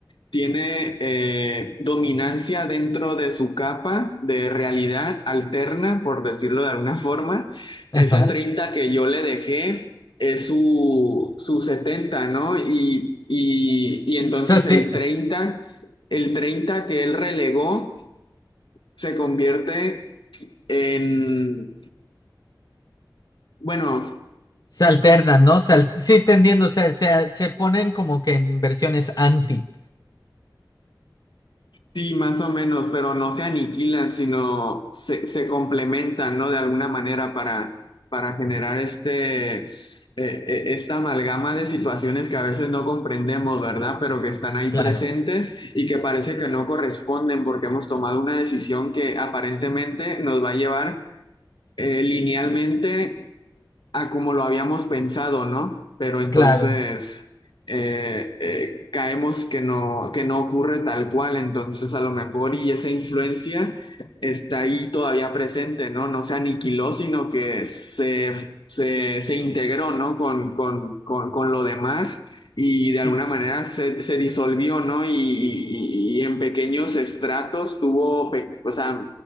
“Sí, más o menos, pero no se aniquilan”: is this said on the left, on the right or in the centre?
Left